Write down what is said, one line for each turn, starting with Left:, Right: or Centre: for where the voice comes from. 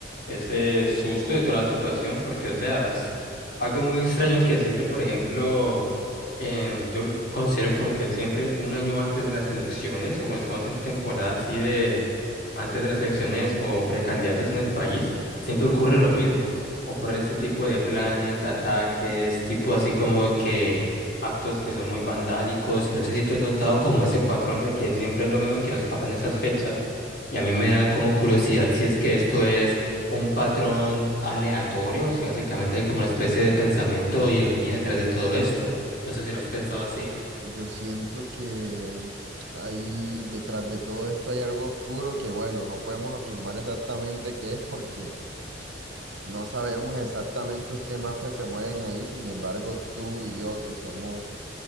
Left: ese susto de toda la situación porque o sea es algo muy extraño que siempre por ejemplo en- yo considero como que siempre un año antes de las elecciones o cuando estamos en temporada así de antes de las elecciones o precandidatos en el país siempre ocurre lo mismo ocurren este tipo de planes ataques tipo así como que actos que son muy vandálicos y no sé si tú has notado como ese patrón de que siempre es lo mismo que nos pasa en esas fechas y a mí me da como curiosidad si es que esto es un patrón aleatorio o si básicamente hay como una especie de pensamiento o ideología detrás de todo esto. No sé si lo has pensado
Right: Uf,
Left: así.
Right: Yo siento que ahí detrás de todo esto hay algo oscuro que, bueno, no podemos afirmar exactamente qué es porque No sabemos exactamente qué mafias se mueven ahí, sin embargo, tú y yo, que somos